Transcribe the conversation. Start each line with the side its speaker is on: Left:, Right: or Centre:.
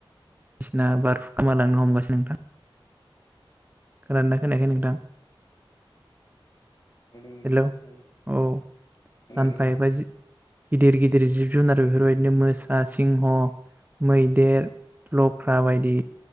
Right: बायदिसिना बारहु गोमालांनो हमगासिनो नोंथां खोनादोंना खोनायाखै नोंथां
Left: नोंथां
Right: हेल' औ
Left: खोनादों खोनादों
Right: सानफा‌
Left: नोंथां
Right: एफा गिदिर गिदिर जिब जुनार बेफोरबायदिनो मोसा सिंह मैदेर लख्रा बायदि